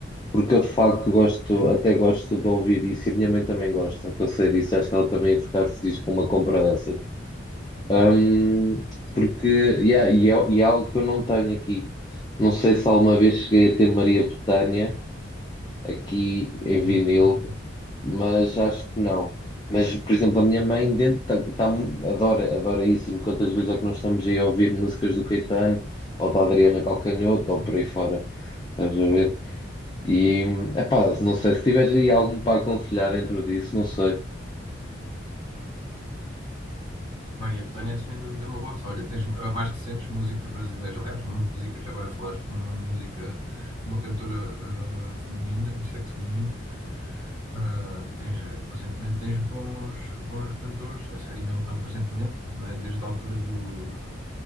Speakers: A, on the left; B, on the right.
A: porque eu de facto gosto,
B: sim,
A: até gosto de ouvir isso e a minha mãe também gosta, que eu sei disso, acho que ela também ia ficar feliz com uma compra dessas. Hum,
B: certo.
A: porque, yeah, e, é, e é algo que eu não tenho aqui. Não sei se alguma vez cheguei a ter Maria Botânia, aqui em
B: Maria
A: vinil,
B: Bethânia,
A: mas acho que não. Mas, por exemplo, a minha mãe dentro tá, tá adora, adora isso e me conta às vezes é que nós estamos aí a ouvir músicas do Caetano ou da Adriana Calcanhoto
B: sim,
A: ou por aí fora, estás a ver?
B: sim.
A: E, epá, não sei, se tiveres aí algum para aconselhar dentro disso, não sei.
B: Maria Bethânia é sem dúvida uma boa opção. Olha, tens eh, mais recentes músicos brasileiros, aliás, músicas, agora falaste de uma música, de uma cantora eh, feminina, no sexo feminino. Ah, tens, presentemente tens bons, bons cantores, assim, e não tão presentemente, não é? Desde a altura dos.